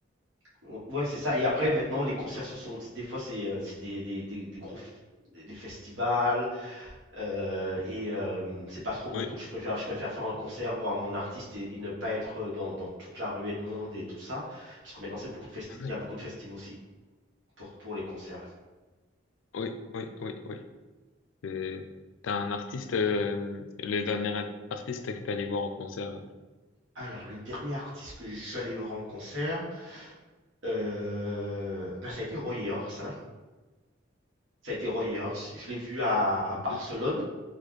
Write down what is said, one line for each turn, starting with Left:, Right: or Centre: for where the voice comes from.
Right: On- Ouais, c'est ça. Et après, maintenant, les concerts, ce sont des fois, c'est euh, c'est des, des, des, des gros f- des festivals euh, et euh, c'est pas trop mon
Left: Oui.
Right: truc. Je préfère, je préfère faire un concert, voir mon artiste et, et ne pas être euh, dans, dans toute la ruée de monde et tout ça. Parce que maintenant, c'est beaucoup de festi-
Left: <laughs>
Right: il y a beaucoup de festivals aussi pour, pour les concerts.
Left: Oui, oui, oui, oui. Euh, T'as un artiste, euh, le dernier artiste que t'es allé voir au concert. euh,
Right: Alors, le dernier artiste que je suis allé voir en concert, euh, ben, ça a été Roy Ayers, hein. Ça a été Roy Ayers. Je l'ai vu à, à
Left: un
Right: Barcelone.
Left: peu.